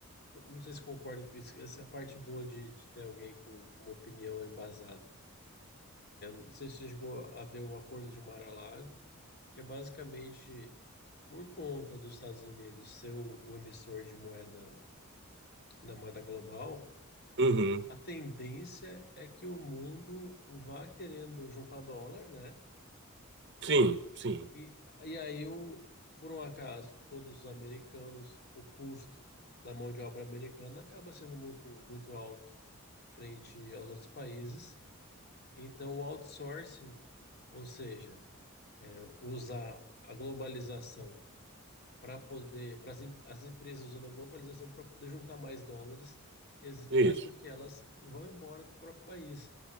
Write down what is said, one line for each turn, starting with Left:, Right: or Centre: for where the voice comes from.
Left: Não sei se concorda, com isso, essa é a parte boa de, de ter alguém com, com uma opinião embasada. Não sei se você chegou a ver o Acordo de Mar-a-Lago, que é basicamente por conta dos Estados Unidos ser o, o emissor de moeda, da moeda global,
Right: Uhum.
Left: a tendência é que o mundo vá querendo juntar dólar, né?
Right: Sim, sim.
Left: E, e aí, o, por um acaso, todos os americanos, o custo da mão de obra americana acaba sendo muito, muito alto frente aos outros países. Então, o outsourcing, ou seja, usar a globalização para poder, para as, em- as empresas usando a globalização para poder juntar mais dólares, ex-
Right: Isso,
Left: faz com que elas vão embora do próprio país.